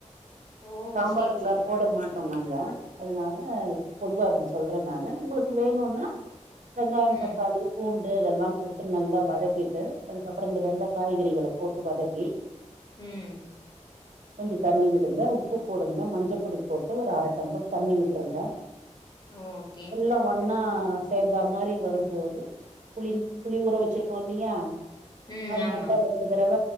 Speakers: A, on the left; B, on the right.
A: ஓ
B: சாம்பாருக்லா
A: சேரி சேரி
B: போட மாட் டோ நாங்க அதனால பொதுவா அப்டி சொல்றே நானு உங்களுக்கு வேணுன்னா வெங்காயம்
A: ம்
B: தக்காளி பூண்டு இதெல்லாம் போட்டு நல்லா வதக்கிட்டு அதுக்கப்புறோ இந்த
A: ம்
B: வெந்த காய்கறிகள போட்டு வதக்கி
A: ம்
B: கொஞ்சோ தண்ணி விடுங்க உப்பு போடுங்க மஞ்ச பொடி போட்டு ஒரு அர டம்ளர் தண்ணி விட்ருங்க
A: ஓகே
B: எல்லா ஒன்னா சேர்ந்த மாரி வரும்போது புளி புளி ஊற வச்சிருக்கோ இல்லயா
A: ம்
B: அதனால
A: ஆமா
B: தா ரெண்டு தரவ